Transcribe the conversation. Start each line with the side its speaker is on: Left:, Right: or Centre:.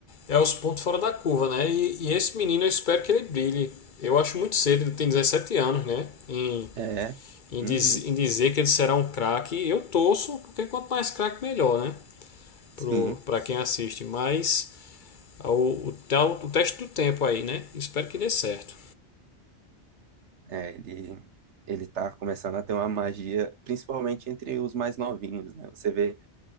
Left: é os pontos fora da curva, né? E, e esse menino eu espero que ele brilhe. Eu acho muito cedo, ele tem 17 anos, né? Em,
Right: É.
Left: em,
Right: Uhum.
Left: diz- em dizer que ele será um craque, eu torço, porque quanto mais craque, melhor, né?
Right: Sim.
Left: para pra quem assiste, mas ao, o, tal- o teste do tempo aí, né? Espero que dê certo.
Right: É, ele ele tá começando a ter uma magia, principalmente entre os mais novinhos, né? Você vê